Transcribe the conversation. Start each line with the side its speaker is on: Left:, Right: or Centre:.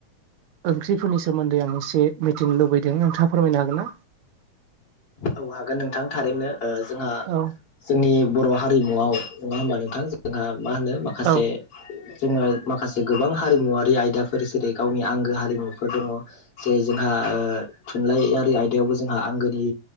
Right: ओंख्रिफोरनि सोमोन्दै आं एसे मिथिनो लुबैदों नोंथां फोरमायनो हागोन ना
Left: औ हागोन नोंथां थारैनो ओ जोंहा
Right: औ
Left: जोंनि बर हारिमुआव नङा होमबा नोंथां जोंहा मा होनो माखासे
Right: औ
Left: जोङो माखासे गोबां हारिमुवारि आयदाफोर जेरै गावनि आंगो हारिमुफोर दङ जे जोहा ओ थुनलाइयारि आयदायावबो जोंहा आंगोनि